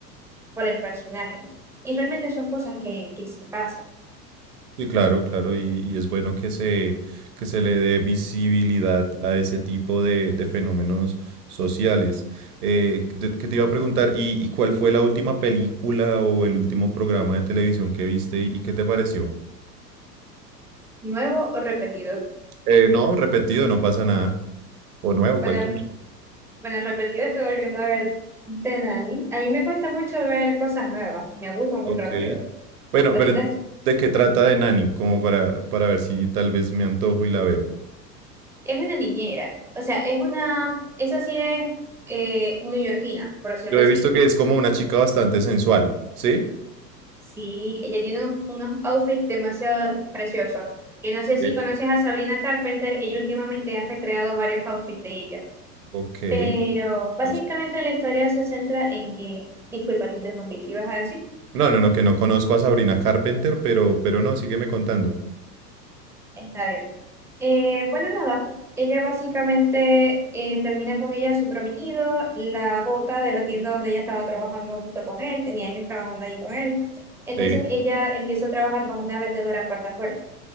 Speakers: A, in the centre; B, on the right.
A: por el personaje. Y realmente son cosas que, que se pasan.
B: Sí, claro, claro, y, y es bueno que se, que se le dé visibilidad a ese tipo de, de fenómenos sociales. Eh, de- que te iba a preguntar, ¿y, y cuál fue la última película o el último programa de televisión que viste y qué te pareció?
A: ¿Nuevo o repetido?
B: Eh, no, repetido, no pasa nada. O nuevo,
A: Bueno,
B: cualquier.
A: bueno, repetido estoy volviendo a ver Tenani. A mí me cuesta mucho ver cosas nuevas. Me aburro muy
B: Ok.
A: rápido.
B: Bueno,
A: Ahorita
B: pero entonces,
A: es,
B: ¿de qué trata de Nani? Como para, para ver si tal vez me antojo y la veo.
A: es una niñera. O sea, es una... Esa sí es eh, neoyorquina, por decirlo
B: Yo he
A: así
B: visto que es como una chica bastante sensual, ¿sí?
A: Sí, ella tiene un- unos outfits demasiado preciosos. Que no sé
B: Sí.
A: si conoces a Sabrina Carpenter, ella últimamente ha recreado varios outfits de ella.
B: Ok.
A: Pero básicamente
B: no
A: la historia se centra en que, disculpa, te interrumpí, ¿qué ibas a decir?
B: No, no, no, que no conozco a Sabrina Carpenter, pero, pero no, sígueme contando.
A: Está bien. Eh, bueno, nada, ella básicamente eh, termina con ella su prometido, la bota de la tienda donde ella estaba trabajando junto con él, tenía años trabajando allí con él. Entonces
B: Sí,
A: ella empieza a trabajar como una vendedora puerta a puerta.